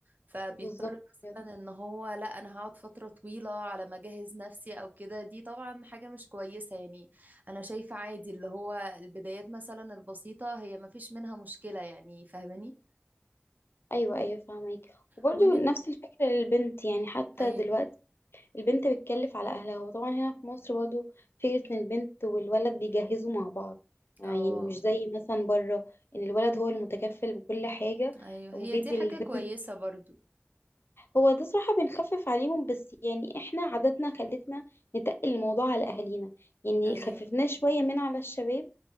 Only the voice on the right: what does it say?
فبيضطر
مثلا ان هو لا انا هقعد فتره طويله على ما اجهز نفسي او كده دي طبعا حاجه مش كويسه يعني انا شايفه عادي اللي هو البدايات مثلا البسيطه هي ما فيش منها مشكله يعني فاهماني
ومن
ايوه
اه
ايوه
هي دي حاجه
كويسه برضه
ايوه